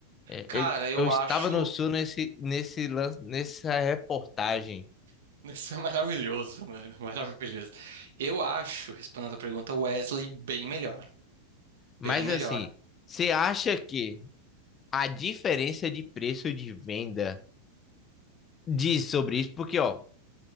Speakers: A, on the left; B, on the right.
A: é,
B: Cara,
A: eu,
B: eu
A: eu estava
B: acho.
A: no Sul nesse, nesse, lan- nessa reportagem.
B: <laughs> Isso é maravilhoso, mano. Maravilhoso. Eu acho, respondendo a pergunta, o Wesley bem melhor.
A: Mas,
B: Bem melhor.
A: assim, você acha que a diferença de preço de venda diz sobre isso? Porque, ó,